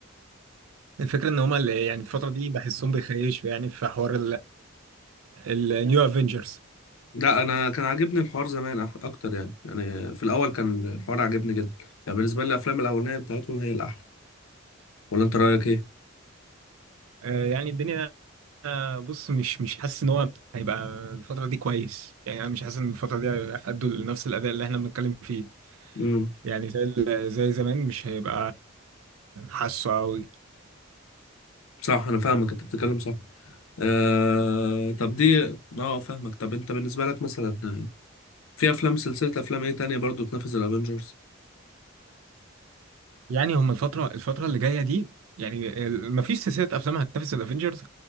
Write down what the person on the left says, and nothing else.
لا انا كان عاجبني الحوار زمان أح- اكتر يعني يعني في الاول كان الحوار عاجبني جدا يعني بالنسبه لي الافلام الاولانيه بتاعتهم هي الاحلى ولا انت رايك ايه
امم
صح انا فاهمك انت بتتكلم صح آه طب دي اه فاهمك طب انت بالنسبه لك مثلا في افلام سلسله افلام ايه تانية برضو تنافس الافنجرز